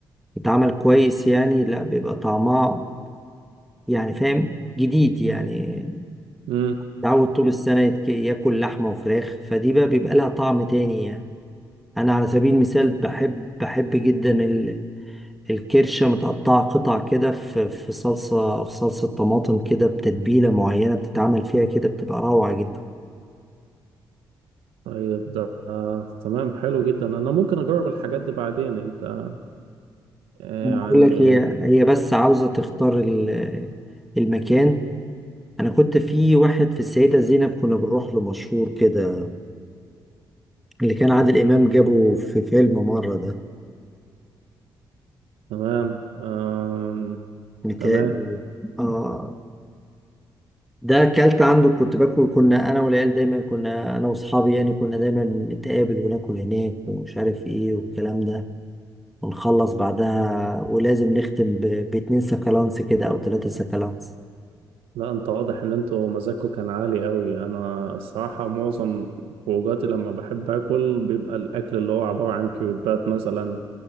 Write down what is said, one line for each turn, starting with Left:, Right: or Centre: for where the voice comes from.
Centre: وتتعمل كويس يعني لا بيبقى طعمها يعني فاهم جديد يعني
Right: امم
Centre: تعود طول السنة يتك- ياكل لحمة وفراخ فدي بقى بيبقى لها طعم تاني يعني أنا على سبيل المثال بحب بحب جدا ال- الكرشة متقطعة قطع كده في في صلصة في صلصة طماطم كده بتتبيلة معينة بتتعمل فيها كده بتبقى روعة جدا
Right: طيب ده آه تمام حلو جدا انا ممكن اجرب الحاجات دي بعدين انت اه،
Centre: أنا
Right: يعني
Centre: بقول لك هي هي بس عاوزة تختار ال- المكان أنا كنت في واحد في السيدة زينب كنا بنروح له مشهور كده اللي كان عادل إمام جابه في فيلم مرة ده
Right: تمام آم...
Centre: متهيألي
Right: تمام
Centre: آه ده اكلت عنده كنت باكل كنا انا والعيال دايما كنا انا واصحابي يعني كنا دايما نتقابل وناكل هناك ومش عارف ايه والكلام ده ونخلص بعدها ولازم نختم ب... باتنين سكالانس كده او ثلاثة سكالانس
Right: لا انت واضح ان انتوا مزاجكوا كان عالي قوي انا الصراحة معظم خروجاتي لما بحب اكل بيبقى الاكل اللي هو عبارة عن كريبات مثلا